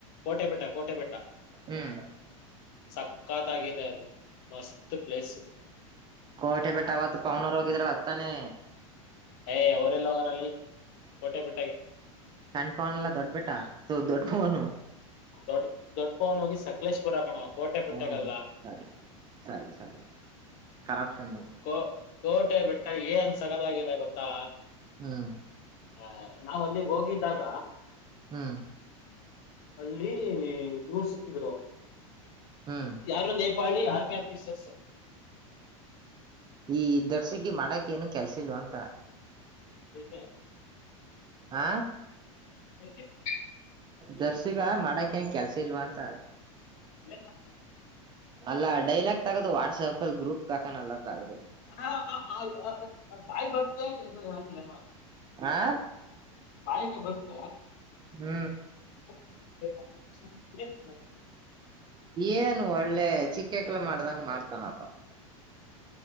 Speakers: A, on the left; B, on the right.
A: ಕೋಟೆ ಬೆಟ್ಟ ಕೋಟೆ ಬೆಟ್ಟ.
B: ಹ್ಮ್
A: ಸಕ್ಕತ್ತಾಗಿದೆ ಅದು ಮಸ್ತ್ ಪ್ಲೇಸ್.
B: ಕೋಟೆ ಬೆಟ್ಟ ಅವತ್ತು ಪವನರು ಹೋಗಿದ್ರ ಅತ್ತಾನೇ.
A: ಎ ಅವ್ರ್ ಎಲ್ಲಿ ಹೋಗ್ವಾರ್ ಲೆ ಕೋಟೆ ಬಿಟ್ಟೆಗೆ.
B: ಸಣ್ಣ ಪವನ್ ಎಲ್ಲಾ ದೊಡ್ಬ ಬಿಟ್ಟಾ ತ ದೊಡ್ಡ ಪವನು.
A: ದೊಡ್ ದೊಡ್ ಪವನ್ ಹೋಗಿದ ಸಕಲೇಶಪುರ ಕಣೋ ಕೋಟೆಪಟ್ಟೆಗಲ್ಲ.
B: ಹ್ಮ್ ಸರಿ ಸರಿ, ಸರಿ ಕರಪ್ಷನ್
A: ಕೋ ಕೋಟೆ ಬೆಟ್ಟ ಏನ್ ಸಗದಾಗಿದೆ ಗೊತ್ತಾ.
B: ಹ್ಮ್.
A: ಏ ನಾವ್ ಅಲ್ಲಿಗಿ ಹೋಗಿದ್ದಾಗ,
B: ಹ್ಮ್,
A: ಅಲ್ಲಿ ಇವ್ರು ಸಿಕ್ತಿದ್ರು
B: ಹ್ಮ್
A: ಯಾರ <unintelligible> ಪಾಳಿ ಆರ್ಮಿ ಆಫೀಸರ್ಸ,
B: ಈ ದರ್ಸಗಿ ಮಾಡಕ್ ಏನು ಕೆಲ್ಸಿಲ್ವ ಅಂತ.
A: ಯಾಕೆ,
B: ಹಾ,
A: <inaudible>
B: ದರ್ಸಗ ಮಾಡಕ ಏನ್ ಕೆಲ್ಸ ಇಲ್ವಾ ಅಂತ
A: ಏನ್ <unintelligible>
B: ಅಲ್ಲ ಡೈಲಾಗ್ ತಗೋದು ವಾಟ್ಸಪ್ಗ ಅಲ್ಲಿ ಗ್ರೂಪ್ ಹಾಕನಲ್ಲ ತಗೋದು.
A: <unintelligible>
B: ಆ
A: ಬಾಯಿಗೆ ಬಂತು
B: ಹ್ಮ್
A: <inaudible>
B: ಏನ್ ಒಳ್ಳೆ ಚಿಕ್ಕಕ್ಲೆ ಮಾಡ್ದಂಗ ಮಾಡ್ತಾನಪ್ಪ